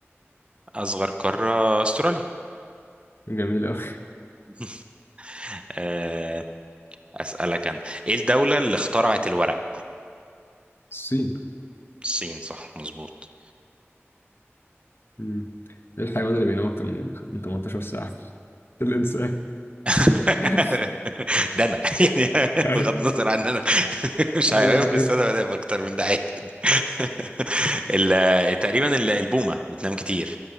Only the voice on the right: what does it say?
أصغر قارة أستراليا
<laughs> آه، أسألك أنا إيه الدولة اللي اخترعت الورق
الصين صح مظبوط
<laughs>
ده أنا <laughs> يعني
بغض النظر عن إن أنا <laughs> مش
حيوان
بس أنا بنام أكتر من ده عادي <laughs> ال- تقريبا ال- البومة بتنام كتير